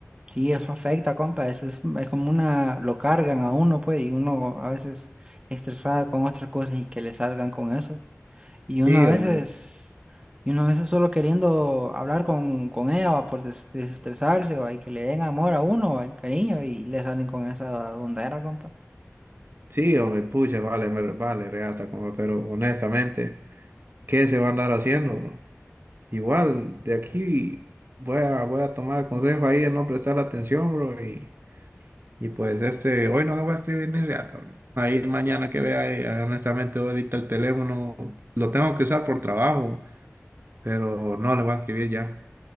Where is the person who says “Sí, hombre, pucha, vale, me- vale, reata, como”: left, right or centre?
Right